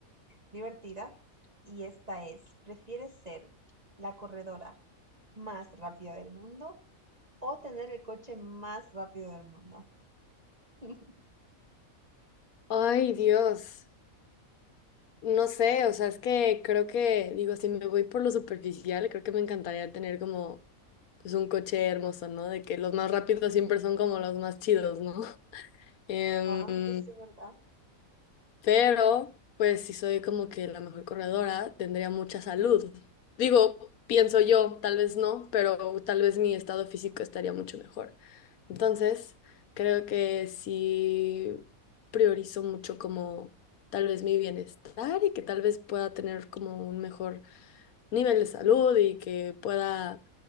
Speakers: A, on the right; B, on the left.
A: divertida y esta es, ¿prefieres ser la corredora más rápida del mundo o tener el coche más rápido del mundo? <laughs>
B: Ay, Dios. No sé, o sea, es que creo que, digo, si me voy por lo superficial, creo que me encantaría tener como, pues, un coche hermoso, ¿no? De que los más rápidos siempre son como los más chidos, ¿no? <laughs> Em,
A: Ah, eso es verdad.
B: Pero, pues, si soy como que la mejor corredora, tendría mucha salud. Digo, pienso yo, tal vez no, pero tal vez mi estado físico estaría mucho mejor. Entonces, creo que sí priorizo mucho como tal vez mi bienestar y que tal vez pueda tener como un mejor nivel de salud y que pueda